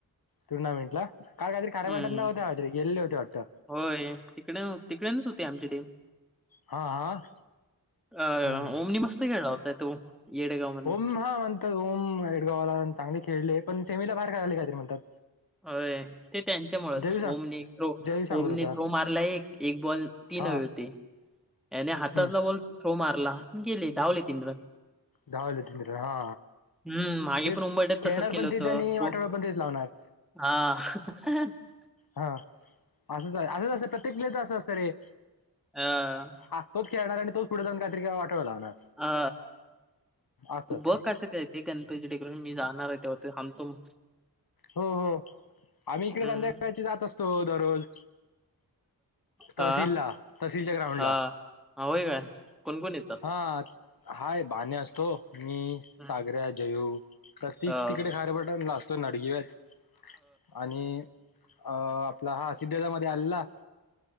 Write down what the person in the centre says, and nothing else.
हम्म
होय तिकडे तिकडेनच होती, आमची टीम
अ
ओमनी मस्त खेळला होताय तो येडगाव.
अ ते त्यांच्यामुच
ओमने्रो
होमने
थ्रो मारला एक एक बॉल तीन
हवे होते. याने हातातला
बॉल थ्रो मारला गेले धावले तीन पण
हम्म मागे
पण उंबरठ्यात
तसंच केलं
होतं
थ्रो
हा.
हम्म.
अ
तू
बघ कसं काही. ते गणपती डेकोरेशन मी जाणार आहे तेवर हमतो.
हम्म
हा
हा होय काय कोणकण येतो.
हम्म,
हा